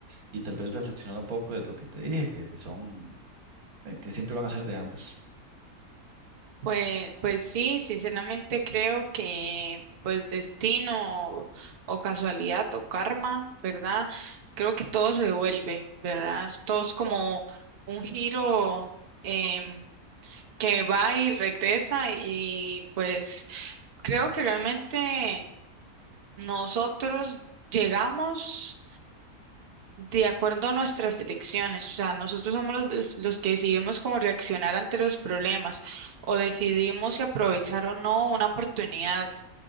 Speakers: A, on the right (about 70°); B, on the right (about 50°).
A: Y tal vez reflexionar un poco de lo que te dije, que si son, eh, que siempre van a ser de ambas.
B: Pues, pues sí, sinceramente creo que pues destino o, o casualidad o karma, ¿verdad? Creo que todo se devuelve, ¿verdad? Es- Todo es como un giro em, que va y regresa y pues creo que realmente nosotros llegamos de acuerdo a nuestras elecciones, o sea, nosotros somos los, des- los que decidimos cómo reaccionar ante los problemas o decidimos si aprovechar o no una oportunidad